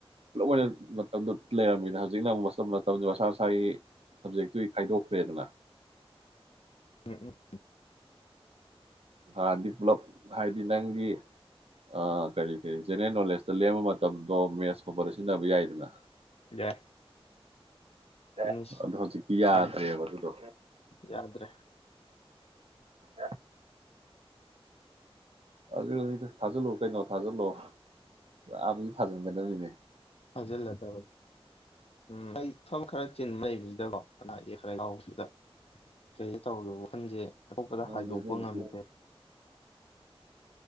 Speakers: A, on the right (about 75°); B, on the left (about 75°).
A: ꯄꯨꯂꯞ ꯑꯣꯏꯅ ꯃꯇꯝꯗꯨ ꯂꯩꯔꯝꯃꯤꯗ ꯍꯧꯖꯤꯛꯅ ꯑꯃꯨꯛ ꯃꯇꯝ ꯃꯇꯝꯗꯨ ꯃꯁꯥ ꯃꯁꯥꯒꯤ ꯁꯕꯖꯦꯛꯇꯨꯒꯤ ꯈꯥꯏꯗꯣꯛꯈ꯭ꯔꯦꯗꯅ
B: ꯎꯝ ꯎꯝ
A: ꯑ ꯄꯨꯂꯞ ꯍꯥꯏꯗꯤ ꯅꯪꯒꯤ ꯑꯥ ꯀꯔꯤ ꯀꯔꯤ ꯖꯦꯅꯔꯦꯜ ꯅꯣꯂꯦꯖꯇ ꯂꯦꯝꯝꯕ ꯃꯇꯝꯗꯣ ꯃꯦꯠꯁ ꯈꯣꯄꯗ ꯁꯤꯖꯤꯟꯅꯕ ꯌꯥꯏꯗꯅ
B: ꯌꯥꯏ
A: ꯗ
B: ꯏꯪꯂꯤꯁ
A: ꯆ ꯀ ꯌꯥ
B: ꯎꯝ
A: ꯇꯔ ꯑꯗꯨꯗ
B: ꯌꯥꯗ꯭ꯔꯦ
A: ꯌꯥ ꯑꯗꯨ ꯊꯥꯖꯤꯜꯂꯎ ꯀꯩꯅꯣ ꯊꯥꯖꯤꯜꯂꯛꯎ ꯑꯥ ꯊꯥꯖꯤꯟꯒꯗꯕꯅꯤꯅꯦ
B: ꯍꯖꯤꯜ ꯂ ꯇꯕ ꯎ ꯏ ꯊꯝ ꯈꯔ ꯆꯤꯟ ꯃꯩꯕꯁꯤꯗꯀꯣ ꯀꯅꯥꯒꯤ ꯈꯔꯒꯥꯎꯁꯤꯗ ꯀꯔꯤꯗ ꯇꯧꯔꯤꯒꯦ ꯋꯥꯈꯟꯁꯦ ꯑꯇꯣꯞꯄꯗ
A: ꯑꯗꯨꯅꯤ
B: ꯍꯥꯏꯗꯣꯛꯄ
A: ꯑꯗꯨꯕꯨꯗꯤ
B: ꯉꯝꯗ꯭ꯔꯦ